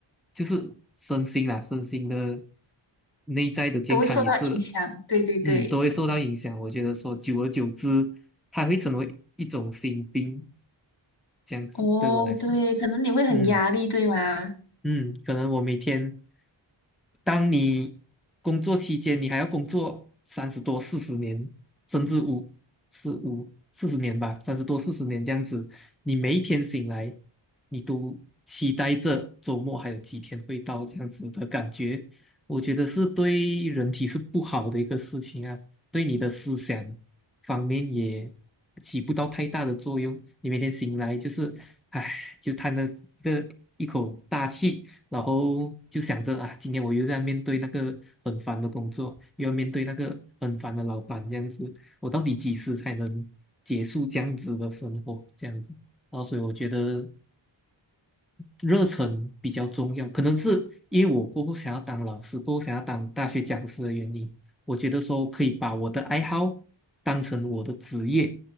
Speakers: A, in the centre; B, on the left.
A: 就是身心啦，身心的内在的健康也是，
B: 都会受到影响。对对对，
A: 嗯，都会受到影响。我觉得说，久而久之，它会成为一种心病，这样子对我来说，
B: 哦，对，可能你会很压力，
A: 嗯。
B: 对吗？
A: 嗯，可能我每天，当你工作期间，你还要工作三十多、四十年，甚至五、四五、四十年吧，三十多、四十年这样子，你每一天醒来，你都期待着周末还有几天会到这样子的感觉，我觉得是对人体是不好的一个事情啊，对你的思想。方面也起不到太大的作用。你每天醒来就是，唉，就叹了一个一口大气，然后就想着啊，今天我又在面对那个很烦的工作，又要面对那个很烦的老板，这样子，我到底几时才能结束这样子的生活？这样子，然后所以我觉得热忱比较重要，可能是因为我过后想要当老师，过后想要当大学讲师的原因，我觉得说可以把我的爱好当成我的职业，